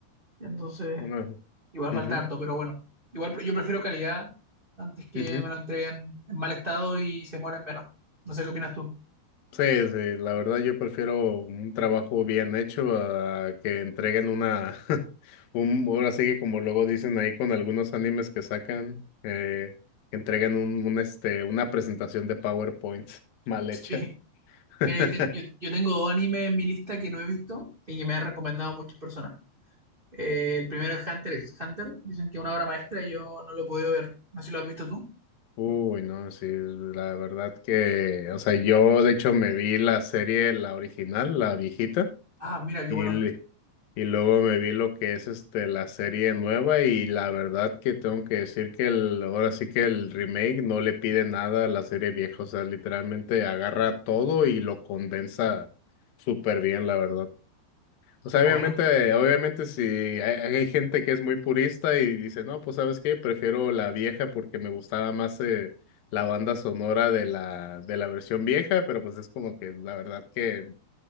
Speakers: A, on the right; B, on the left.
A: Entonces,
B: bueno,
A: igual
B: ujú,
A: falta harto, pero bueno. Igual pre- yo prefiero calidad antes que
B: ujú.
A: me lo entreguen en mal estado y se mueren menos. No sé qué opinas tú.
B: Sí, sí, la verdad yo prefiero un trabajo bien hecho a que entreguen una, <laughs> un, ahora sí que como luego dicen ahí con algunos animes que sacan, eh, que entreguen un, un, este, una presentación de PowerPoint mal
A: <laughs>
B: hecha.
A: Sí.
B: <laughs>
A: Mira, yo, te- yo- yo tengo dos animes en mi lista que no he visto y que me han recomendado muchas personas. Eh, el primero es Hunter x Hunter. Dicen que es una obra maestra y yo no lo he podido ver. No sé si lo has visto tú.
B: Uy, no, sí, la verdad que, o sea, yo de hecho me vi la serie, la original, la viejita,
A: Ah, mira, qué
B: y,
A: bueno.
B: l- y luego me vi lo que es este, la serie nueva y la verdad que tengo que decir que el, ahora sí que el remake no le pide nada a la serie vieja, o sea, literalmente agarra todo y lo condensa súper bien, la verdad. O
A: Qué
B: sea, obviamente,
A: bueno.
B: obviamente si hay, hay gente que es muy purista y dice, no, pues ¿sabes qué? Prefiero la vieja porque me gustaba más eh, la banda sonora de la, de la versión vieja, pero pues es como que la verdad que